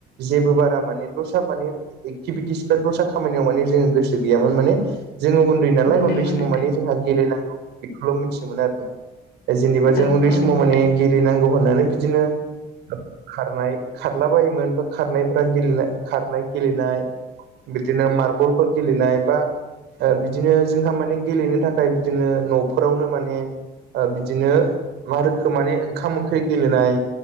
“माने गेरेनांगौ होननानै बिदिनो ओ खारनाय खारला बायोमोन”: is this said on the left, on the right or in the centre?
Right